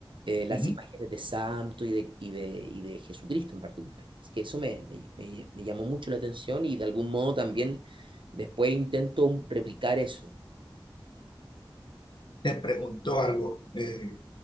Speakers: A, on the right; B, on the left.
A: eh, las
B: Ujú.
A: imágenes de santo y de, y de, y de Jesucristo en particular. Así que eso me, me, me- me llamó mucho la atención y de algún modo también después intento replicar eso.
B: Te pregunto algo. eh,